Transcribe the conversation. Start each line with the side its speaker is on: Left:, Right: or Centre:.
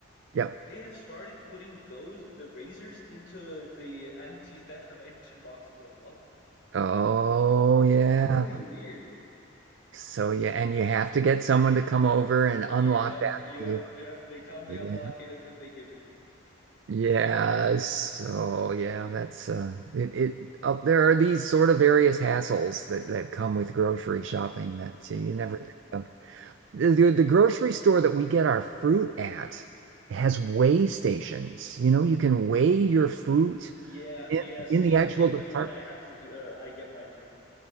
Right: Yep.
Left: They have started putting those the razors into the anti-theft prevention boxes as well.
Right: Oh
Left: It's
Right: yeah.
Left: really weird.
Right: So yeah, and you have to get someone to come over and
Left: Yep,
Right: unlock that
Left: yep,
Right: for you.
Left: yep. They come, they
Right: Yeah.
Left: unlock it, and then they give it to you.
Right: Yeah. So yeah, that's uh it it uh, there are these sort of various hassles that that come with grocery shopping that
Left: hmm
Right: uh, you never think of. The, the, the grocery store that we get our fruit at has weigh stations. You know, you can weigh your fruit
Left: Yeah,
Right: in
Left: yeah. Same,
Right: in the actual
Left: same
Right: department.
Left: with the one I have to do. Uh, I get mine from.